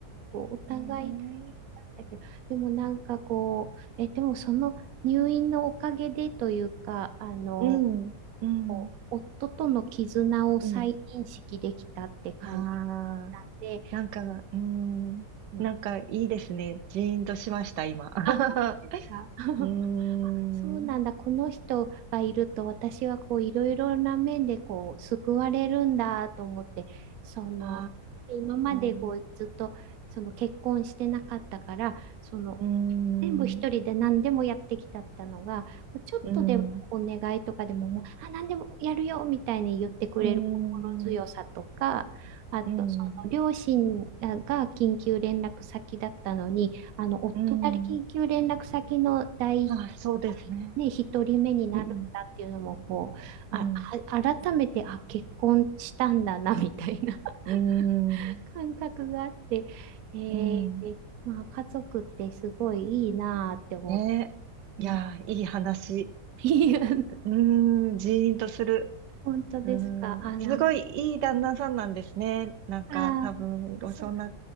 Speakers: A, on the right; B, on the right.
A: こうお互い
B: ねえ
A: だけど、でもなんかこう、え、でもその入院のおかげでというか、あの、
B: うん。うん。
A: こう夫との絆を再認識できたって感じたんで、
B: うん。ああ。なんか、うーん、
A: うん
B: なんかいいですね。ジーンとしました、今。<laughs>
A: あ、あ、<laughs>
B: うーん、
A: あそうなんだ。この人がいると私はこういろいろな面でこう救われるんだと思って、その今までこうずっとその結婚してなかったから、
B: あー、
A: その
B: うーん、
A: 全部一人で何でもやってきたったのが、こうちょっとでもお願いとかでももう、
B: うん、
A: あ、何でもやるよみたいに言ってくれる心強さとか、
B: うーん、
A: あと、
B: うん、
A: その両親が緊急連絡先だったのに、あの、夫が緊急連絡先の第、
B: うん、あ、そうですね。
A: ね、一人目になるんだっていうのも、
B: うん、
A: こう、あ、
B: うん、
A: は改めて、あ、結婚したんだな、みたいな
B: うん、
A: <laughs> 感覚があって、えーまあ、
B: うん、
A: 家族ってすごいいいなーって思って、
B: ね。いやー、
A: うん
B: いい話。
A: いや、
B: うーん、ジーンとする。
A: 本当ですか。
B: うーん、
A: あ、ランん。
B: すごいいい旦那さんなんですね。なんか、
A: あ、
B: 多分、
A: そう、
B: そんな